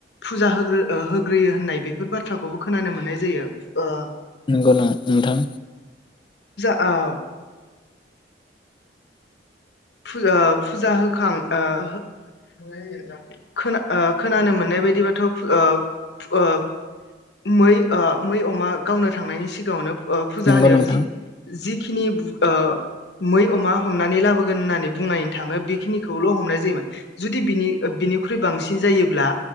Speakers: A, on the left; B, on the left.
A: फुजा होग्रो ओ होग्रोयो होननाय बेफोर बाथ्राखौबो खोनानो मोननाय जायो ओ
B: नोंगौना नोंथां
A: आव फुजा फुजा होखां ओ हो <unintelligible> खोना ओ खोनानो मोननाय बायदिबाथ' फु ओ फु ओ मै ओ मै अमा गावनो थांनायनि सिगाङावनो ओ फुजा
B: नंगौ
A: होनायाव
B: नोंथां
A: जि जि खिनि बु ओ मै अमा हमनानै लाबो होननानै बुंनाय थाङो बेखिनिखौल' हमनाय जायोमोन जुदि बिनि ओ बिनिख्रुइ बांसिन जायोब्ला